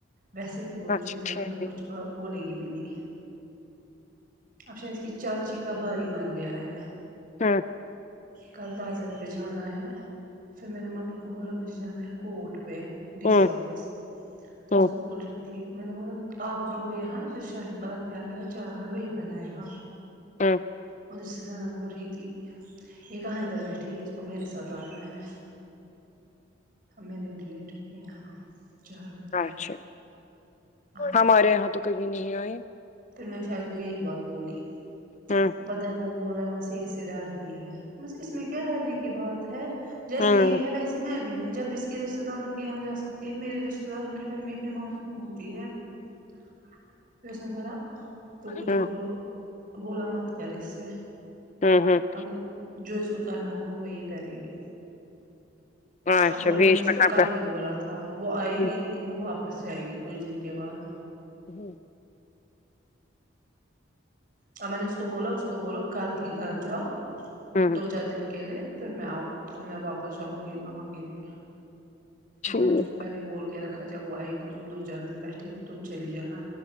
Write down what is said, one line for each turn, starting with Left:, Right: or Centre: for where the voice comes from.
Right: ویسے بھی ہو توجھے
Left: اچھا
Right: اس بارے
Left: ٹھیک
Right: میں کچھ بولے گی بھی نہیں اب شا اس کی چاچی کا بھائی مر گیا ہے
Left: ہاں
Right: کل تضت پہ جانا ہے پھر میں نے ممی کو بولا مجھے جانا ہے کوٹ پہ ڈی
Left: ہوں
Right: سی آفس تو
Left: ہوں
Right: اس کو بول رہی ت میں نے بولا آپ رہو یہاں پھر شاہد بعد میں آئے گا چائے وہی بنائے گا
Left: ہ
Right: ادھر سے زانا بول رہی تھی یہ کہاں ادھر بیٹھے گی اس کو میرے ساتھ آنا ہے میرے ریلیٹیو کے یہاں چاروں پہ
Left: اچھا
Right: ہاں
Left: ہمارے یہاں تو کبھی نہیں آئے
Right: پھر میں شاید کوئی یہی بات بولی
Left: ہاں
Right: وہ پدا وہ بول رہا وہاں سے اسے ڈرتی ہے بس اس میں کیا ڈرنے کی بات ہے جیسی
Left: ہوں
Right: یہ ہے ویسی میں بھی ہوں جب اس کے رشتے داروں کے یہاں جا سکتی ہے میرے رشتے داروں کے ٹائم بیمار کیوں ہوتی ہے پھر اس نے بولا تم کچھ
Left: ہوں
Right: بولو بولا مت کر اس سے
Left: ھم ھم
Right: اگر جو اس کو کرنا ہوگا وہ یہ کرے گی
Left: اچھا
Right: اب بولا
Left: بیچ
Right: میں نے اس کو
Left: کب
Right: کل
Left: کا
Right: ہی بولا تھا وہ آئے
Left: ہوں
Right: گی لیکن وہ واپس جائے گی کچھ دن کے بعد
Left: جی
Right: اور میں نے اس کو بولا اس کو بولو کل ہی گھر جاؤ
Left: ہوں
Right: دو چار دن کے لیے پھر میں آؤں پھر میں واپس جاؤں گی ماما کے لیے
Left: ٹھیک
Right: میں نے اس کو پہلے بول کے رکھا جب وہ آئے گی تم دو چار دن بیٹھے گ تم چلی جانا